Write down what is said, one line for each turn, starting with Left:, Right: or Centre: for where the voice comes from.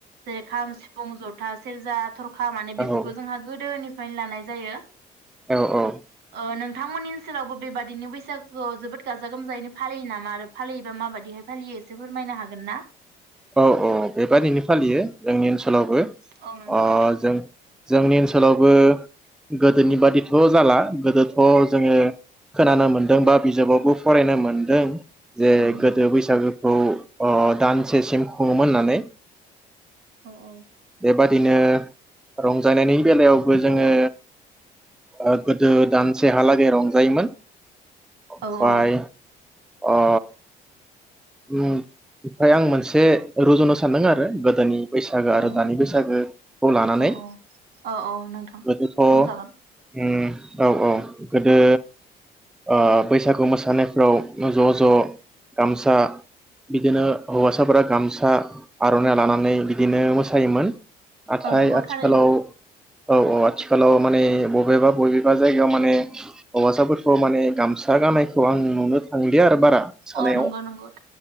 Right: जे खाम सिफुं ज था सेरजा थरखा माने
Centre: औ
Right: बेफोरखौ जोंहा गोदोनि फ्रायनो लानाय जायो।
Centre: औ औ
Right: अ नों थांमोननि ओनसोलावबो बेबादिनो बैसागुआव जोबोद गाजा गोमजायैनो फालियो नामा आरो फालियोबा माबायदिहाय फालियो एसे फोरमायनो हागोन ना?
Centre: औ औ बेबादिनो फालियो जोंनि ओनसोलावबो
Right: औ नोंथां
Centre: अ जों जोंनि ओनसोलावबो गोदोनि बादिथ जाला गोदोथ जोङो खोनानो मोनदों बा बिजाबावबो फरायनो मोनदों जे
Right: औ नंगौ
Centre: गोदो बैसागो औ अ दान सेसिम खुङोमोन होननानै।
Right: औ औ
Centre: बादिनो रंजानायनि बेलायाव बो जोङो <unintelligible> दानसेहालागै रंजायोमोन। ओमफाय
Right: औ औ
Centre: अ उम ओमफाय आं मोनसे रुजुनो सानदों आरो गोदोनि बैसागु आरो
Right: अ
Centre: दानि बैसागुखौ लानानै
Right: औ औ औ औ नोंथां
Centre: गोदोथ उम
Right: बुंजागोन
Centre: औ औ गोदो ओ बैसागु मोसानायफ्राव ज ज गामसा बिदिनो हौवासाफोरा गामसा आरनाइ लानानै बिदिनो मोसायोमोन। नाथाय
Right: औ नंगौ
Centre: आथिखालाव
Right: थारैनो
Centre: औ औ आथिखालाव माने बबेबा बबेबा जायगायाव माने हौवासाफोरखौ माने गामसा गाननायखौ आं नुनो थांलिया आरो बारा मोसानायाव
Right: अ नंगौ नंगौ ।